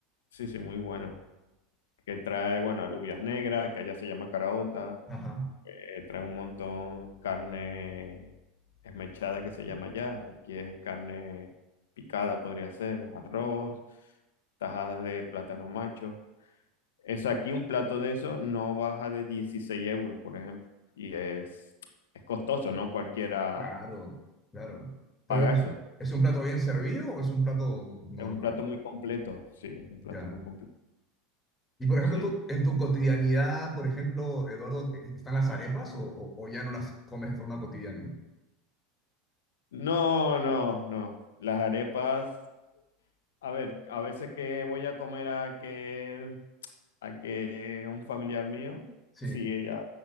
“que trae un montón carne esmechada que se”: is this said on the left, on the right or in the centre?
Left